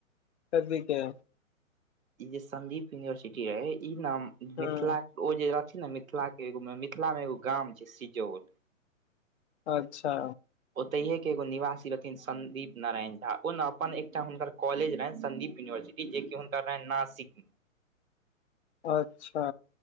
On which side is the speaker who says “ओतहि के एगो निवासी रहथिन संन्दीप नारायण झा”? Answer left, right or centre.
Right